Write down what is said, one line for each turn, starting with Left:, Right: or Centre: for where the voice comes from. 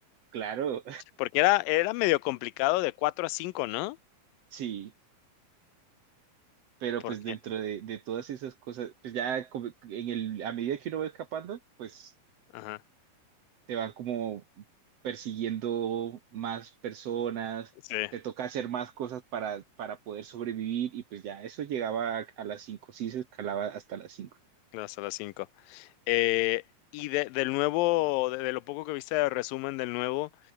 Right: Claro,
Left: Porque era era medio complicado de 4 a cinco ¿no?
Right: <laughs> sí. Pero
Left: Porque
Right: pues dentro de, de todas esas cosas, pues ya como en el, a medida que uno va escapando, pues
Left: ajá,
Right: te van como persiguiendo más personas,
Left: sí,
Right: te toca hacer más cosas para, para poder sobrevivir y pues ya eso llegaba a, a las cinco sí se escalaba hasta las 5.
Left: llegabas a las cinco Eh, y de, del nuevo, de, de lo poco que viste de resumen del nuevo,